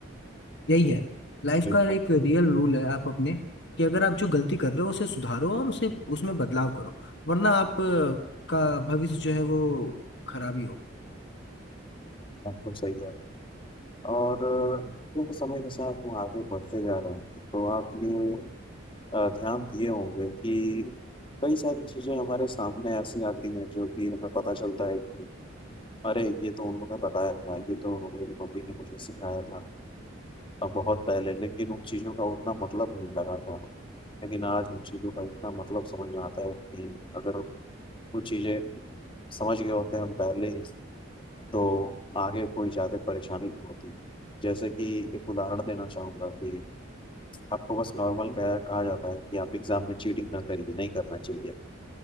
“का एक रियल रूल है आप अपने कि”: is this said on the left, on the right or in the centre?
Left